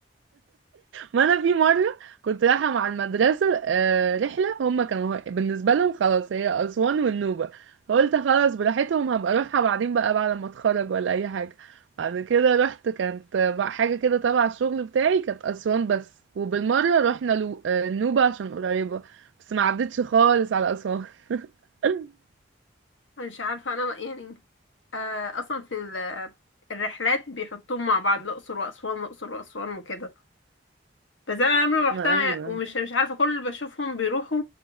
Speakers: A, on the right; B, on the left.
A: ما انا في مره كنت رايحه مع المدرسه آه، رحله هما كانوا بالنسبه لهم خلاص هي اسوان والنوبه فقلت خلاص براحتهم هبقى اروحها بعدين بقى بعد ما اتخرج ولا اي حاجه بعد كده رحت كانت بقى حاجه كده تبع الشغل بتاعي كانت اسوان بس وبالمره رحنا لو- آه، النوبه عشان قريبه بس ما عدتش خالص على اسوان <laughs>
B: أنا مش عارفة انا يعني آه اصلا في ال- الرحلات بيحطوهم مع بعض الاقصر واسوان الاقصر واسوان وكده بس انا عمري ما رحتها
A: ما ايوه
B: ومش مش عارفة كل اللي بشوفهم بيروحوا